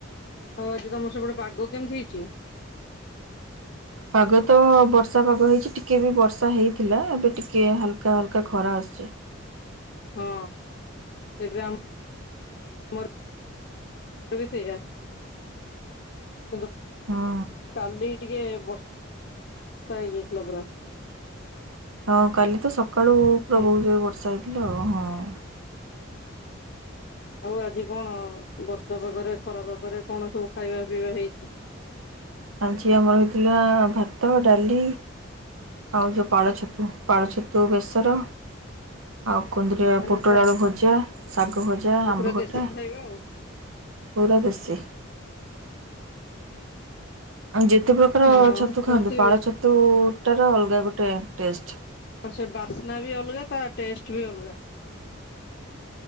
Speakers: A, on the left; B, on the right.
A: ହଉ ଆଜି ତମର ସପଟେ ପାଗ କେମିତି ହେଇଛି?
B: ପାଗ ତ ବର୍ଷା ପାଗ ହେଇଛି। ଟିକେ ବି ବର୍ଷା ହେଇଥିଲା ଏବେ ଟିକେ ହାଲକା ହାଲକା ହାକା ଖରା ଆଛି।
A: ହଁ ଏବେ ଆର ବି ସେଇଆ। କିନ୍ତୁ
B: ହୁଁ
A: କାଲି ଟିକେ ବ <unintelligible> ଷା ହେଇଯାଇଥିଲା ପୁରା।
B: ହଁ କାଲି ତ ସକାଳୁ ପୁରା
A: ହଁ
B: ବହୁତ ବର୍ଷ ଷା ହେଇଥିଲା ହଁ।
A: ଆଉ ଆଜି କଣ ବର୍ଷା ପାଗରେ ଖରାପାଗରେ କଣ ସବୁ ଖାଇବା ପିଇବା ହେଇଛି?
B: ଆଜି ଆମର ହେଇଥିଲା ଭାତ ଡାଲି ଆଉ ଯେଉଁ ପାଳ ଛତୁ ପାଳ ଛତୁ ବେସର ଆଉ କୁନ୍ଦିରି
A: ଆରେ
B: ପୋଟଳଳୁ
A: ବା
B: ଭଜା। ସାଗ ଭଜା
A: ଆଉ
B: ଅମ୍ବ
A: ପୁରା
B: ଖଟା
A: ଦେଶୀ ଖାଇବା ଆଉ
B: ପୁରା ଦେଶୀ। ଆଉ ଯେତେ ପ୍ରକାର
A: ହଁ
B: ଛତୁ ଖାଆନନ୍ତୁ,
A: କେମିତି
B: ପାଳ ଛତୁ ଟ ର ଅଲଗା ଗୋଟେ ଟେଷ୍ଟ୍।
A: ଆଛଆ ବାସନା ବି ଅଲଗା ତା ଟେଷ୍ଟଟ ବି ଅଲଗା।